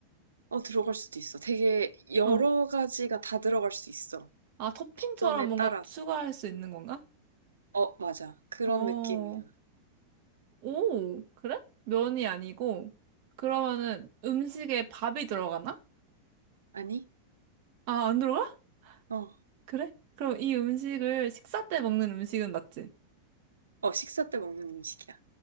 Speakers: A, on the right (about 75°); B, on the right (about 45°).
A: 어, 들어갈 수도 있어. 되게 여러
B: 어.
A: 가지가 다 들어갈 수 있어.
B: 아, 토핑처럼
A: 버전에
B: 뭔가
A: 따라서.
B: 추가할 수 있는 건가?
A: 어, 맞아. 그런
B: 어.
A: 느낌이야.
B: 오, 그래? 면이 아니고. 그러면은 음식에 밥이 들어가나?
A: 아니?
B: 아, 안 들어가?
A: 어,
B: 그래? 그럼 이 음식을 식사 때 먹는 음식은 맞지?
A: 어, 식사 때 먹는 음식이야.